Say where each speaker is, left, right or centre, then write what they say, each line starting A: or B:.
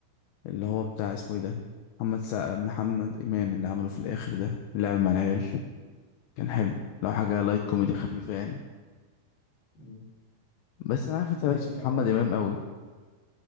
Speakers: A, on the left (about 80°); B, on the left (about 50°).
A: اللي هو بتاع اسمه ايه ده محمد سع... محمد امام اللي عمله في الاخر ده اللعب مع العيال كان حلو لو حاجه لايت كوميدي خفيفه يعني
B: مم.
A: بس انا عارف
B: بسم
A: انت
B: الله
A: مالكش
B: الرحمن
A: في محمد
B: الرحيم
A: امام قوي